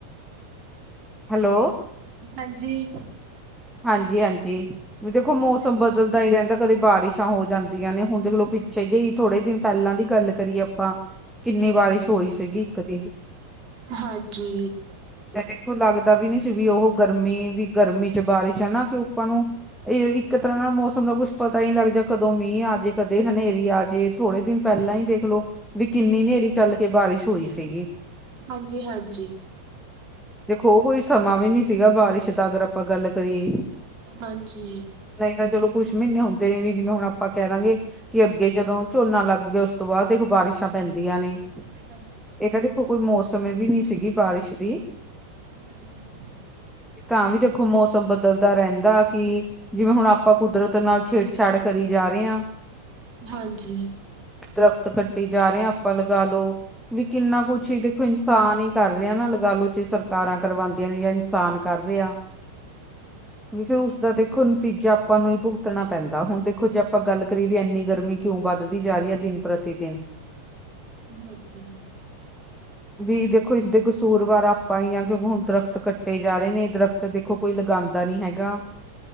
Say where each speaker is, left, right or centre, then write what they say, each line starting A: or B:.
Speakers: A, in the centre; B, on the right.
A: ਹੈਲੋ।
B: ਹਾਂਜੀ।
A: ਹਾਂਜੀ- ਹਾਂਜੀ, ਵੀ ਦੇਖੋ ਮੌਸਮ
B: ਹਾਂਜੀ
A: ਬਦਲਦਾ ਹੀ ਰਹਿੰਦਾ ਤਾਂ ਕਦੇ ਬਾਰਿਸ਼ਾਂ ਹੋ ਜਾਂਦੀਆਂ ਨੇ, ਹੁਣ ਤੇ ਚਲੋ ਪਿੱਛੇ ਜੇ ਥੋੜੇ ਦਿਨ ਪਹਿਲਾਂ ਦੀ ਗੱਲ ਕਰੀਏ ਆਪਾਂ ਕਿੰਨੀ ਬਾਰਿਸ਼ ਹੋਈ ਸੀਗੀ ਇੱਕ ਦਿਨ
B: ਹਾਂਜੀ
A: ਤੇ ਦੇਖੋ ਲੱਗਦਾ ਵੀ ਨੀ ਸੀ ਵੀ ਉਹ ਗਰਮੀ, ਵੀ ਗਰਮੀ 'ਚ' ਬਾਰਸ਼ ਹੈ ਕੀ ਆਪਾਂ ਨੂੰ ਇਹ ਇੱਕ ਤਰ੍ਹਾਂ ਨਾਲ ਮੌਸਮ ਦਾ ਕੁੱਛ ਪਤਾ ਲੱਗ ਜਾ ਕਦੋਂ, ਮੀਂਹ ਆਜੇ ਕਦੇ ਹਨੇਰੀ ਆਜੇ। ਥੋੜੇ ਦਿਨ ਪਹਿਲਾਂ ਹੀ ਦੇਖਲੋ। ਵੀ ਕਿੰਨੀ ਨੇਰੀ ਚੱਲ ਕੇ ਬਾਰਿਸ਼ ਹੋਈ ਸੀਗੀ।
B: ਹਾਂਜੀ-ਹਾਂਜੀ।
A: ਦੇਖੋ ਉਹ ਕੋਈ ਸਮਾਂ ਵੀ ਨੀ ਸੀਗਾ, ਬਾਰਿਸ਼ ਦਾ ਅਗਰ ਆਪਾਂ ਗੱਲ ਕਰੀਏ
B: ਹਾਂਜੀ।
A: ਨਹੀਂ ਤਾਂ ਚਲੋ ਕੁੱਛ ਮਹੀਨੇ ਹੁੰਦੇ ਨੇ। ਵੀ ਜਿਵੇਂ ਹੁਣ ਆਪਾਂ ਕਹਿ ਦਾ ਗੇ ਕਿ ਅੱਗੇ ਜਦੋਂ ਝੋਨਾ ਲੱਗ ਗਿਆ। ਉਸ ਤੋਂ ਬਾਅਦ ਦੇਖੋ ਬਾਰਿਸ਼ਾਂ ਪੈਂਦੀਆਂ ਨੇ।
B: ਹਾਂਜੀ
A: ਇਹ ਤਾਂ ਕੋਈ ਮੌਸਮ ਵੀ ਨੀ ਸੀਗੀ ਬਾਰਿਸ਼ ਦੀ।
B: ਹਾਂਜੀ।
A: ਤਾਂ ਵੀ ਦੇਖੋ ਮੌਸਮ ਬਦਲਦਾ ਰਹਿੰਦਾ ਕੀ ਜਿਵੇਂ ਹੁਣ ਆਪਾਂ ਕੁਦਰਤ ਨਾਲ ਛੇੜਛਾੜ ਕਰੀ ਜਾ ਰਹੇ ਆ।
B: ਹਾਂਜੀ।
A: ਦਰਖਤ ਕੱਟੀ ਜਾ ਰਹੇ ਆ, ਆਪਾਂ ਲਗਾਵੋ ਵੀ ਕਿੰਨਾ ਕੁਛ ਹੀ ਦੇਖੋ ਇਨਸਾਨ ਹੀ ਕਰ ਰਿਹਾ ਨਾ ਲਗਾ ਲੋ ਚੇ ਸਰਕਾਰਾਂ ਕਰਵਾਦੀਆਂ ਨੇ ਜਾਂ ਇਨਸਾਨ ਕਰ ਰਿਹਾ ਆ।
B: ਹਮ।
A: ਹਮੇਸ਼ਾ ਉਸਦਾ ਦੇਖੋ ਨਤੀਜਾ ਆਪਾਂ ਨੂੰ ਹੀ ਭੁਗਤਣਾ ਪੈਂਦਾ ਹੁਣ ਦੇਖੋ ਜੇ ਆਪਾਂ ਗੱਲ ਕਰੀਏ ਵੀ ਇੰਨੀ ਗਰਮੀ ਕਿਉਂ ਵੱਧਦੀ ਜਾ ਰਹੀ ਐ ਦਿਨ ਪ੍ਰਤੀ ਦਿਨ।
B: ' <inaudible> ' ਹਾਂਜੀ' ' <inaudible>
A: ਵੀ ਦੇਖੋ ਇਸਦੇ ਕਸੂਰਵਾਰ ਆਪਾਂ ਹੀ ਹਾਂ ਕਿਉਂਕਿ ਹੁਣ ਦਰਖਤ ਕੱਟੇ ਜਾ ਰਹੇ ਨੇ ਦਰਖਤ ਦੇ ਦੇਖੋ ਕੋਈ ਲਗਾਂਦਾ ਨੀ ਹੈਗਾ।